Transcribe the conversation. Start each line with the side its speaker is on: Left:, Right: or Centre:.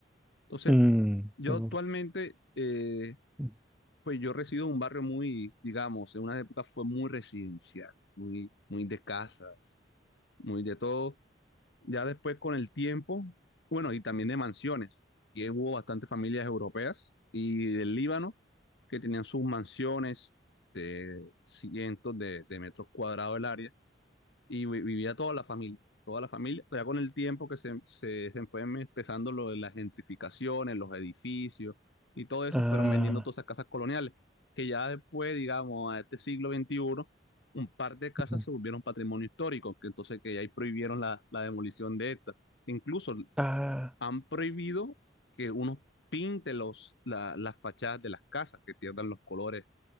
Left: Entonces,
Centre: Mm,
Left: yo
Centre: tengo-
Left: actualmente, eh,
Centre: mm.
Left: pues yo resido en un barrio muy, digamos, en una época fue muy residencial, muy, muy de casas, muy de todo. Ya después con el tiempo, bueno, y también de mansiones, y hubo bastantes familias europeas y del Líbano que tenían sus mansiones de cientos de, de metros cuadrados el área y vi- vivía toda la familia, toda la familia, pero ya con el tiempo que se, se, se fue empezando lo de las gentrificaciones, los edificios y todo eso,
Centre: Ah,
Left: fueron vendiendo todas esas casas coloniales, que ya después, digamos, a este siglo veintiuno un par de casas
Centre: ujú.
Left: se volvieron patrimonio histórico, que entonces que ya ahí prohibieron la, la demolición de estas. Incluso
Centre: ah,
Left: han prohibido que uno pinte los, la- las fachadas de las casas, que pierdan los colores